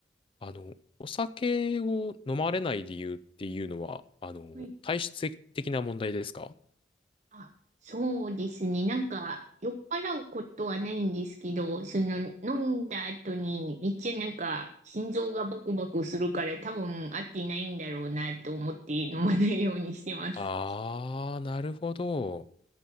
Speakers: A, on the left; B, on the right.
A: あの、お酒を飲まれない理由っていうのは、あの、
B: はい。
A: 体質的な問題ですか
B: あ、そうですね。なんか、酔っ払うことはないんですけど、その、飲んだ後に、めっちゃなんか、心臓がバクバクするから、多分合ってないんだろうなと思って飲まないようにしてます。
A: ああー、なるほど。